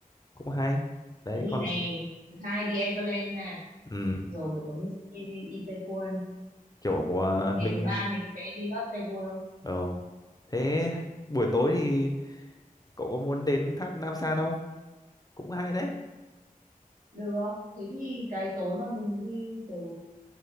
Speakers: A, on the left; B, on the right.
A: cũng hay đấy
B: Thế thì
A: còn
B: ngày thứ hai đi Everland ha
A: ừ,
B: rồi buổi tối mình sẽ đi Itaewon
A: kiểu ờ,
B: ngày
A: mình
B: thứ ba mình sẽ đi Lotte World
A: ờ, thế buổi tối thì cậu có muốn đến tháp Nam San không cũng hay đấy
B: được thế thì cái tối mà mình đi từ